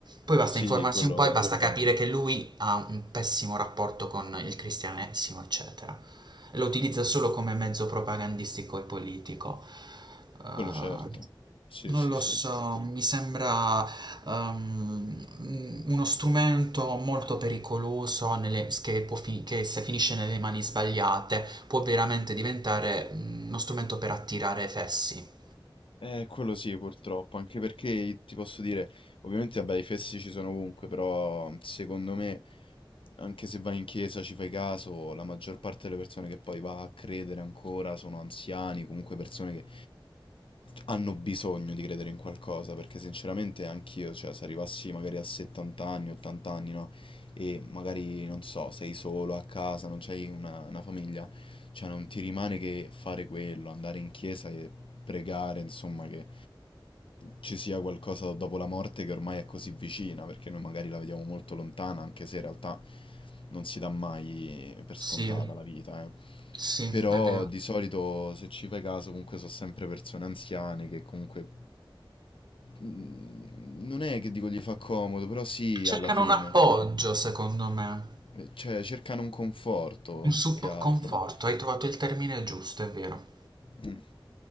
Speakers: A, on the right; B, on the left.
A: poi basta
B: Sì,
A: informarsi
B: quello,
A: un po' e basta capire che lui ha un pessimo rapporto con il cristianesimo, eccetera. Lo utilizza solo come mezzo propagandistico e politico. Eh,
B: quello certo. Sì,
A: non
B: sì,
A: lo
B: sì.
A: so, mi sembra ehm, uno strumento molto pericoloso nelle- che, può fi- che se finisce nelle mani sbagliate può veramente diventare mm, uno strumento per attirare fessi.
B: Eh, quello sì, purtroppo, anche perché ti posso dire, ovviamente, vabbè, i fessi ci sono ovunque, però mhmm, secondo me, anche se vai in chiesa ci fai caso, la maggior parte delle persone che poi va a credere ancora sono anziani, comunque persone che hanno bisogno di credere in qualcosa, perché sinceramente anch'io, cioè, se arrivassi magari a 70 anni, 80 anni, no? E magari, non so, sei solo a casa, non c'hai una, una famiglia, cioè non ti rimane che fare quello, andare in chiesa e pregare, insomma, che ci sia qualcosa dopo la morte che ormai è così vicina, perché noi magari la vediamo molto lontana, anche se in realtà non si dà mai per
A: Sì,
B: scontata la vita, eh.
A: sì,
B: Però
A: è vero.
B: di solito, se ci fai caso, comunque sono sempre persone anziane che comunque mm, non è che dico gli fa comodo, però sì,
A: Cercano
B: alla fine.
A: un appoggio, secondo me,
B: Eh, Cioè, cercano un conforto
A: un sup-
B: più che altro.
A: conforto. Hai trovato il termine giusto, è vero.
B: Mm.